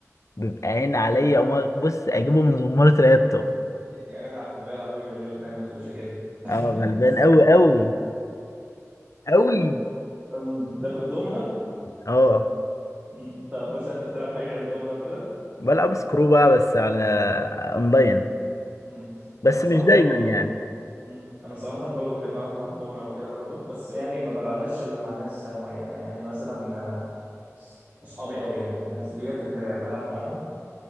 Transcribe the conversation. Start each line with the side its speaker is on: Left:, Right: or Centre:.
Left: بيبقى عين عليا أقوم أ- بص اجيبه من زمارة رقبته
Right: يا جدع جدع راجل غلبان ما تقولش كده <laughs>
Left: اه غلبان قوي قوي قوي
Right: أم، ده في الدومنة
Left: اه
Right: أم، طب مثلا انت بتلعب حاجه غير الدومنة وكده
Left: بلعب سكرو بقى بس على اونلاين
Right: مم.
Left: بس
Right: انا صراحه
Left: مش دايما
Right: برضه
Left: يعني
Right: مم. انا صراحه برضه بحب العب دومنا وكده برضه بس يعني ما بلعبهاش الا مع ناس معينه يعني مثلا آه، اصحابي قوي يعني الناس ديت اللي بلعب معاهم